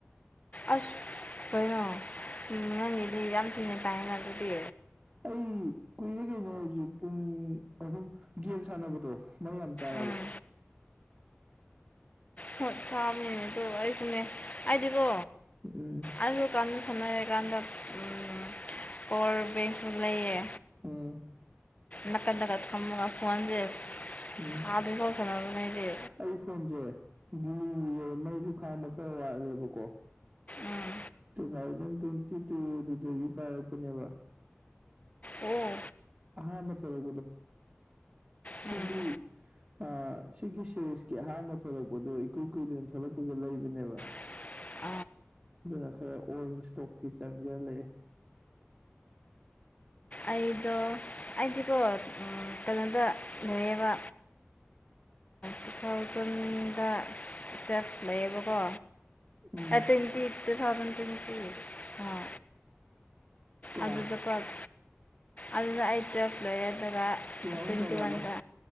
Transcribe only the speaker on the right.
ꯑꯩ ꯀꯨꯏꯔꯦ ꯀꯩꯅꯣ ꯍꯧꯖꯤꯛ ꯄꯨꯡ ꯑꯍꯨꯝ ꯒꯦꯝ ꯁꯥꯟꯅꯕꯗꯣ ꯃꯩ ꯌꯥꯝ ꯇꯥꯑꯦꯕ
ꯎꯝ ꯎꯝ
ꯎꯝ
ꯎꯝ
ꯑꯩ ꯐꯣꯟꯁꯦ <unintelligible> ꯃꯩꯁꯨ ꯈꯥꯡꯕ ꯈꯔ ꯋꯥꯠꯂꯦꯕꯀꯣ
ꯇꯨ ꯊꯥꯎꯖꯟ ꯇ꯭ꯋꯦꯟꯇꯤ ꯇꯨꯗꯨꯗꯒꯤ ꯄꯥꯏꯔꯛꯄꯅꯦꯕ
ꯑ ꯃ ꯆꯒꯗꯣ ꯁꯤꯒꯤ
ꯑ ꯁꯤꯒꯤ ꯁꯦꯔꯤꯁꯀꯤ ꯑꯍꯥꯟꯕ ꯊꯣꯛꯂꯛꯄꯗꯨꯣ ꯏꯀꯨꯏ ꯀꯨꯏꯗꯅ ꯊꯣꯛꯂꯛꯄꯒ ꯂꯩꯕꯅꯦꯕ
ꯑꯗꯨꯅ ꯈꯔ ꯑꯣꯜ ꯏꯁꯇꯣꯛꯇꯤ ꯆꯪꯒ ꯂꯩꯑꯦ
ꯎꯝ
ꯀꯌꯥ
ꯇꯨ ꯊꯥꯎꯖꯟ
ꯀꯌꯥꯗꯕ